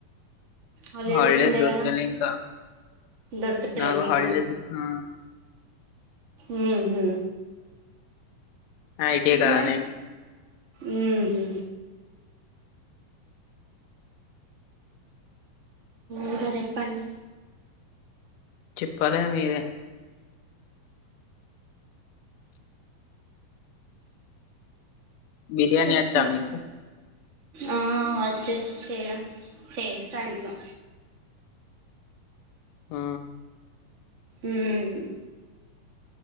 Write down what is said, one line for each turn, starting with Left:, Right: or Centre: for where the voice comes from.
Right: హలిడేస్
Left: హాలిడేస్
Right: ఉండే
Left: దొరకలే
Right: గదా
Left: ఇంకా.
Right: దొరకలే
Left: నాకు
Right: మీకు
Left: హాలిడేస్ ఆ!
Right: ఉ హు
Left: ఐటీఐ కదా
Right: మరి
Left: నేను.
Right: ఉ హు ఇంక చెప్పండి
Left: చెప్పాలె మీరే బిర్యానీ
Right: చెప్పండి
Left: వచ్చా మీకు?
Right: ఆ అచ్చు చేయడం చేస్తా ఇంట్లో
Left: ఆ
Right: ఊమ్